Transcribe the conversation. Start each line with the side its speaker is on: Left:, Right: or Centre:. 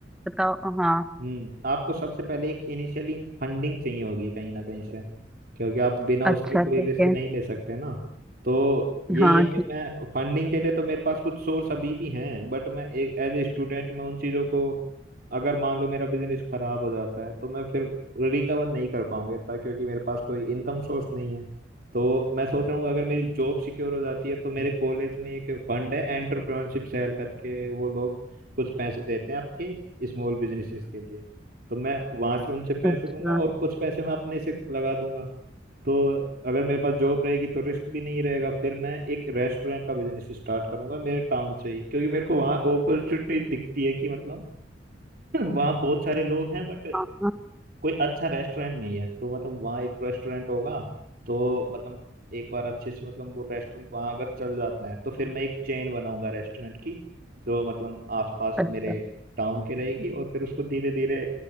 Centre: बताओ हाँ
Right: हम्म आपको सबसे पहले एक इनिशियली फंडिंग चाहिए होगी कहीं ना कहीं से क्योंकि आप बिना
Centre: अच्छा
Right: उसके कोई
Centre: ठीक
Right: रिस्क
Centre: है
Right: नहीं ले सकते ना तो यही
Centre: हाँ
Right: है कि
Centre: ठीक
Right: मैं फंडिंग के लिए तो मेरे पास कुछ सोर्स अभी भी हैं बट मैं एक एज ए स्टूडेंट मैं उन चीज़ों को अगर मान लो मेरा बिजनेस खराब हो जाता है तो मैं फिर रिकवर नहीं कर पाऊंगा इतना क्योंकि मेरे पास कोई इनकम सोर्स नहीं है तो मैं सोच रहा हूँ अगर मेरी जॉब सिक्योर हो जाती है तो मेरे कॉलेज में एक फंड है एंटरप्रेन्योरशिप सेल करके वो लोग कुछ पैसे देते हैं आपके स्मॉल बिजनेसेस के लिए तो मैं वहां से उनसे पैसे
Centre: अच्छा
Right: लूंगा और कुछ पैसे मैं अपने से लगा दूंगा तो अगर मेरे पास जॉब रहेगी तो रिस्क भी नहीं रहेगा फिर मैं एक रेस्टोरेंट का बिजनेस स्टार्ट करूंगा मेरे टाउन से ही क्योंकि मेरे को वहाँ अपॉर्चुनिटी दिखती है कि मतलब <clears throat> <laughs> वहाँ बहुत सारे लोग हैं बट
Centre: हाँ,
Right: कोई अच्छा रेस्टोरेंट नहीं है तो मतलब वहाँ एक रेस्टोरेंट होगा तो मतलब एक बार अच्छे से मतलब वो रेस्टोरेंट वहाँ अगर चल जाता है तो फिर मैं एक चेन बनाऊंगा रेस्टोरेंट की जो मतलब आसपास
Centre: अच्छा
Right: मेरे टाउन के रहेगी और फिर उसको धीरे धीरे